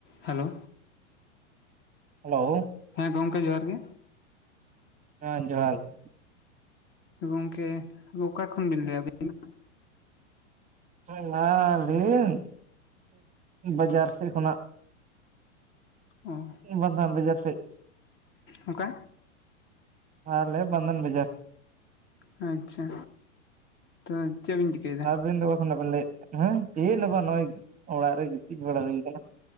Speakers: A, on the left; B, on the right.
A: ᱦᱮᱞᱳ
B: ᱦᱮᱞᱳ
A: ᱦᱮᱸ ᱜᱚᱢᱠᱮ ᱡᱚᱦᱟᱸᱨ ᱜᱮ᱾
B: ᱦᱮᱸ ᱡᱚᱦᱟᱨ ᱜᱮ᱾
A: ᱜᱚᱝᱠᱮ ᱚᱠᱟ ᱠᱷᱚᱱ ᱵᱤᱱ ᱞᱟᱹᱭᱟᱵᱤᱱ ᱫᱚ᱾
B: ᱚ ᱞᱟᱹᱭᱟᱹᱧ ᱵᱟᱡᱟᱨ ᱥᱮᱫ ᱠᱷᱚᱱᱟᱜ᱾
A: <unintelligible>
B: ᱢᱤᱛ ᱵᱟᱨ ᱫᱷᱟᱣ ᱵᱟᱡᱟᱨ ᱥᱟᱡ
A: ᱚᱠᱟ
B: ᱟᱞᱮ ᱵᱟᱫᱚᱱ ᱵᱟᱡᱟᱨ᱾
A: ᱟᱪᱪᱷᱟ ᱛᱚ ᱪᱮᱫ ᱵᱤᱱ ᱪᱤᱠᱟᱹᱭᱮᱫᱟ
B: ᱟᱵᱤᱱ ᱫᱚ ᱵᱟᱵᱤᱱ ᱞᱟᱹᱭ ᱦᱮᱸ ᱪᱮᱫ ᱦᱚ ᱵᱟᱝ ᱱᱚᱜᱼᱚᱭ ᱚᱲᱟᱜ ᱨᱮ ᱜᱤᱛᱤᱡ ᱵᱟᱲᱟ ᱦᱩᱭ ᱟᱠᱟᱱᱟ᱾